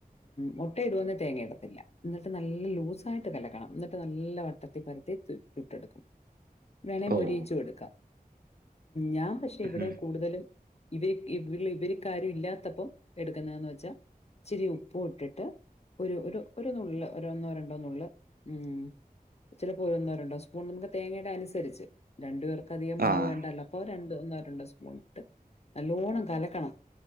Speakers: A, on the left; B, on the right.
A: മുട്ട ഇടുന്നോണ്ട് തേങ്ങ ഇടതില്ല ന്നിട്ട് നല്ല ലൂസായിട്ട് കലകണം ന്നിട്ട് നല്ല വട്ടതിൽ പരതി ചുട്ടെട്കാ വേണെ
B: ഓഹ്
A: മൊരിയിച്ചു എടുക്കാ ഞാൻ പശെ ഇവിടെ
B: ഉം
A: കൂടുതലും ഇവര്ക് ഇവിടെ വീട്ടിൽ ആരും ഇല്ലാതപം എടുക്കുന്നതന്ന് വെച്ചാൽ ഇചിരി ഉപ്പും ഇട്ടിട്ട് ഒരു ഒരു ഒരു നുള് ഒന്നോ രണ്ടോ നുള്ള് ഉം ഇചിരി ഒന്നോ രണ്ടോ സ്പൂൺ നമക് തേങ്ങയ്ടെ അന്സരിച് രണ്ട് പേർ അധികം മാവുവേണ്ടല്ലോ
B: ആഹ്
A: അപ്പൊ ര ണ്ട് ഒന്നോ രണ്ടോ സ്പൂൺ ഇട്ട് നല്ലോണം കലക്കണം.